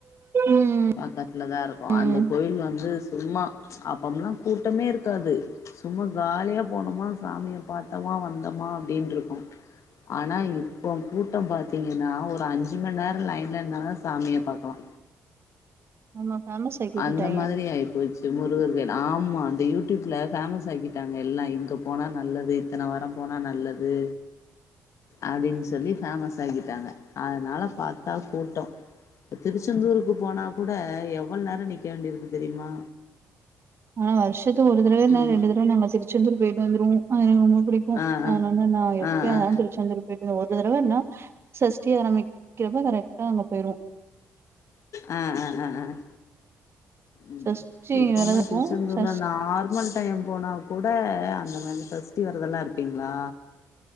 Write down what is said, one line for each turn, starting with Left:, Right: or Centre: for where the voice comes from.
Right: ம்
Left: பக்கத்துல தான் இருக்கு
Right: ம்
Left: அந்த கோயில் வந்து சும்மா அப்பம்ல்லா கூட்டமே இருக்காது சும்மா காலியா போனோமா சாமிய பா்த்தமா வந்த அப்டினு இருக்கும் ஆனா இப்ப கூட்டம் பாத்தீங்கன்னா ஒரு அஞ்சு மணி நேரம் லைன்ல நின்னா தா சாமிய பாக்கலா
Right: ஆமா ஃபேமஸ் ஆக்கி விட்டுட்டாங்க
Left: அந்த மாதிரி ஆயி போச்சு முருகர் கோவில் ஆமா யூடியூப்ல பேமஸ் ஆக்கிட்டாங்க எல்லா இங்க போனா நல்லது இத்தன வாரம்போனா நல்லது அப்டின் சொல்லி ஃபேமஸ் ஆக்கிட்டாங்க அதனால பாத்தா கூட்டொ திருச்செந்தூருக்கு போனா கூட எ எவ்வள் நேரொ நிக்க வேண்டியிருக்கு தெரியுமா
Right: ஆஹ் வருஷத்துக்கு ஒரு தடவ இல்லனா
Left: ம்
Right: ரெண்டு தடவ நாங்க திருச்செந்தூர் பொயிட்டு வந்துருவோ ஆ எங்க முட் புடிக்கு
Left: ஆ
Right: அதனால நான் எப்பயாருந்தகலு
Left: ஆ ஆ ஆ
Right: திருச்செந்தூர் பொய்ட்டு ஒரு இந்த தடவ நா சஷ்டி ஆரம்பிக் கிறப்ப கரெக்டா அங்க பொயிருவோ
Left: ஆஹ் ஆஹ் ஆஹ் ஆஹ் ம்
Right: சஷ்டி
Left: இப்பம்லா
Right: வெரத இருப்போ
Left: திருச்செந்தூர்ல
Right: சஷ்
Left: நார்மல் டையம் போனா கூட அந்த மாரிதா சஷ்டி வெரதெல்லா இருப்பிங்ளா